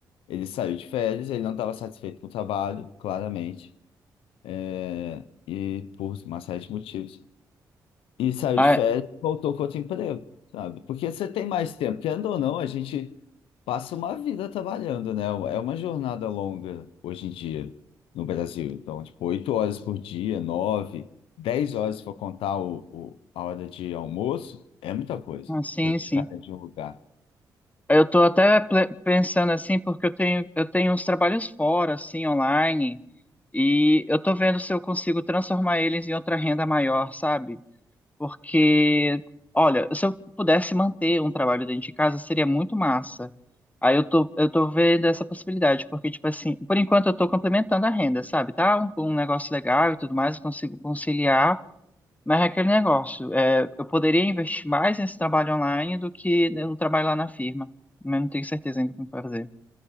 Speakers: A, on the left; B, on the left.
A: Ele saiu de férias, ele não estava satisfeito com o trabalho, claramente, é, e por uma série de motivos e saiu
B: Ah,
A: de férias, voltou com outro emprego, sabe? Porque você tem mais tempo, querendo ou não, a gente passa uma vida trabalhando, né? É uma jornada longa hoje em dia no Brasil. Então, tipo, oito horas por dia, nove, dez horas se for contar o, o- a hora de almoço, é muita coisa
B: ah, sim,
A: pra gente
B: sim.
A: ficar dentro de um lugar.
B: Eu tô até ple- pensando assim, porque eu tenho, eu tenho uns trabalhos fora, assim, online, e eu tô vendo se eu consigo transformar eles em outra renda maior, sabe? Porque, olha, se eu pudesse manter um trabalho dentro de casa, seria muito massa. Aí eu tô, eu tô vendo essa possibilidade, porque, tipo assim, por enquanto eu tô complementando a renda, sabe? Tá um, um negócio legal e tudo mais, eu consigo conciliar, mas é aquele negócio. É, eu poderia investir mais nesse trabalho online do que no trabalho lá na firma, mas não tenho certeza ainda como fazer.